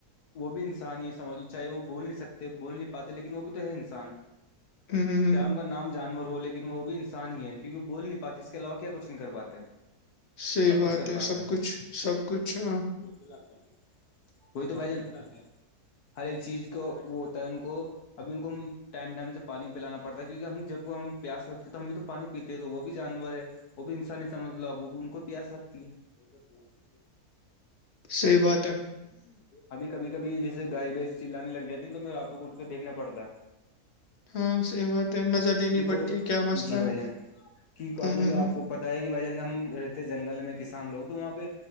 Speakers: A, on the left (about 85°); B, on the left (about 50°).
A: وہ بھی انسان ہی سمجھ چاہے وہ بول نہیں سکتے بول نہیں پاتے لیکن وہ بھی تو انسان
B: ہوں ہ <unintelligible>
A: چاہے ان کا نام جانور ہو لیکن وہ بھی انسان ہی ہے کیکہ وہ بول نہیں پاتے اس کے علاوہ کیا کچھ نہیں کر پاتے
B: صحیح
A: سب کچھ
B: بات
A: کر
B: ہے
A: پاتے
B: سب
A: ہیں
B: کچھ سب کچھ ہاں
A: وہی تو بھ ج ہر ایک چیز کو وہ ہوتا ہے ان کو ابھی ان کو ٹائم ٹائم سے پانی پلانا پڑتا ہے کیونک ہم جب وہ ہم پیاس لگتے ہے تو ہم بھی تو پانی پیتے تو وہ بھی جانور ہے وہ بھی انسانی نہیں سمجھ لو وہ بھی ان کو پیاس لگتی ہے
B: صحیح بات ہے
A: ابھی کب کھی جیسے گائے بیس چلانے لگ جاتی ہےا تو م راتوں کو اٹھ کےیکھنا پڑتا ہے
B: ہاں صحیح بات ہے نظر دینی
A: کہ
B: پڑتی
A: کوئی
B: ہے کیا مسئلہ
A: جی بھائی
B: ہے
A: جان کی
B: ہوں،
A: ابھی
B: ہوں،
A: آپ
B: ہوں،
A: کو پت ہے کہ بھائی جان ہم رہتے ہیں جنگل میں کسان لوگ تو وہاں پہ